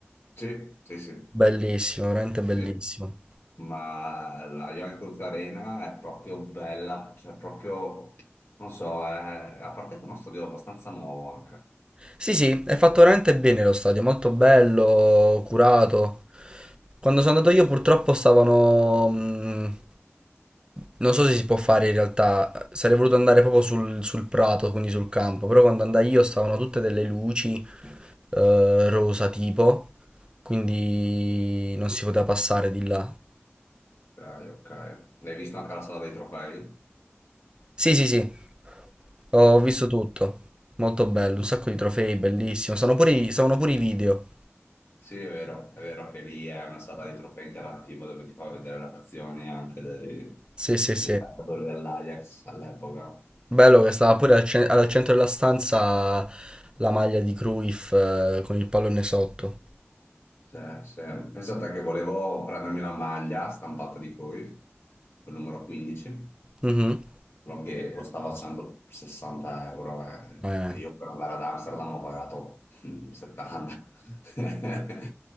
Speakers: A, on the left; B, on the right.
A: Sì, sì, sì,
B: Bellissimo, veramente bellissimo.
A: sì. Ma la Yoinkoof Arena è proprio bella, cioè proprio, non so, è- a parte che è uno stadio abbastanza nuovo anche.
B: Sì, sì, è fatto veramente bene lo stadio, molto bello, curato. Quando sono andato io, purtroppo stavano. mh, non so se si può fare in realtà. Sarei voluto andare proprio sul, sul prato, quindi sul campo. Però quando andai io, stavano tutte delle luci eh, rosa tipo. Quindi non si poteva passare di là.
A: Dai, ok. Hai visto anche la sala dei trofei?
B: Sì, sì, sì. Ho visto
A: Eh.
B: tutto. Molto bello, un sacco di trofei, bellissimo. Sono pure i, stavano pure i video.
A: Sì, è vero, è vero che lì è una sala dei trofei interattiva dove ti fa vedere le azioni anche dei,
B: Sì, sì, sì.
A: dei calciatori dell'Ajax all'epoca.
B: Bello che stava pure al, ce- al centro della stanza la maglia di Cruyff eh, con il pallone sotto.
A: Sì, sì. Pensate che volevo prendermi la maglia stampata di Cruyff, col numero 15,
B: Mhm.
A: quello che costava 160 euro eh.
B: Eh.
A: e io per andare ad Amsterdam ho pagato mm, 70. <laughs>